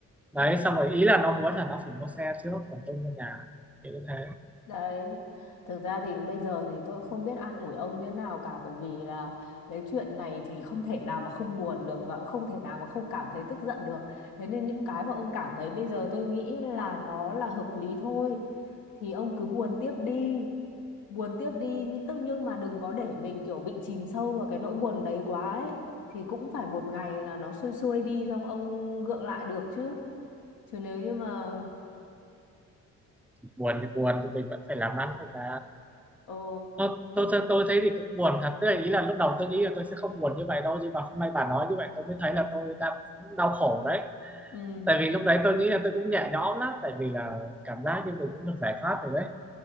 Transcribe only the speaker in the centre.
đấy
xong rồi ý là nó muốn là nó phải mua xe trước còn tôi mua nhà thì như thế
buồn thì buồn thì mình vẫn phải làm ăn thôi cả
Thôi, tôi, tôi tôi thấy thì cũng buồn thật tức là ý là lúc đầu tôi nghĩ là tôi sẽ không buồn như vậy đâu nhưng mà hôm nay bà nói như vậy tôi mới thấy là tôi đang cũng đau khổ đấy
tại vì lúc đấy tôi nghĩ là tôi cũng nhẹ nhõm lắm tại vì là cảm giác như mình cũng được giải thoát rồi đấy